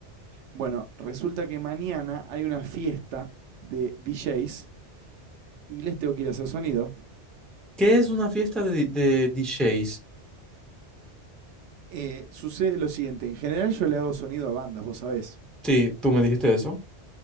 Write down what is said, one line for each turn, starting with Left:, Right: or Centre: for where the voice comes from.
Right: Bueno, resulta que mañana hay una fiesta de DJs y les tengo que ir a hacer sonido.
Centre: ¿Qué es una fiesta de, de DJs?
Right: Eh, sucede lo siguiente, en general yo le hago sonido a bandas, vos sabés.
Centre: Sí, tú me dijiste eso.